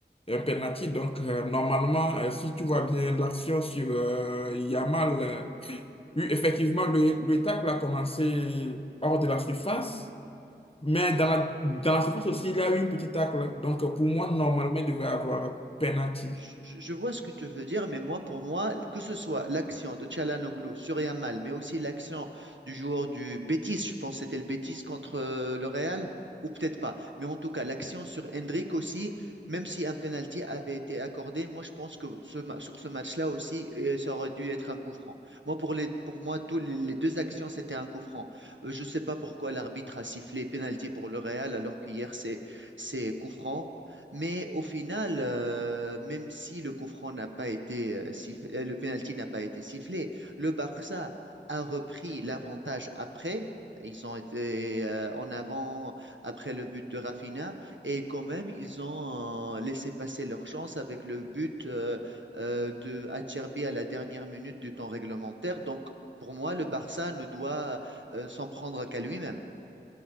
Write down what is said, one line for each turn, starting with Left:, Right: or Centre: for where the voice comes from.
Left: un penalty. Donc, euh, normalement, euh, si tu vois bien l'action sur euh, Yamal. euh, Oui, effectivement, le, le tacle a commencé hors de la surface, mais dans la, dans la surface aussi, il y a eu une petite tacle. hein. Donc, pour moi, normalement, il devait y avoir penalty.
Right: Je je vois ce que tu veux dire, mais moi, pour moi, que ce soit l'action de Çalhanoğlu sur Yamal, mais aussi l'action du joueur du Betis, je pense que c'était le Betis contre euh, le Real, ou peut-être pas, mais en tout cas, l'action sur Hendrik aussi, même si un penalty avait été accordé, moi, je pense que ce ma- sur ce match-là aussi, euh, ça aurait dû être un coup franc. Moi, pour les, pour moi, tous les, les deux actions, c'était un coup franc. Euh, je ne sais pas pourquoi l'arbitre a sifflé penalty pour le Real, alors qu'hier, c'est c'est coup franc. Mais au final, euh, même si le coup franc n'a pas été euh, sifflé, euh, le penalty n'a pas été sifflé, le Barça a repris l'avantage après. Ils ont été euh, en avant après le but de Rafinha et quand même ils ont euh, laissé passer leur chance avec le but euh, euh, de Acerbi à la dernière minute du temps réglementaire. Donc pour moi, le Barça ne doit euh, s'en prendre qu'à lui-même.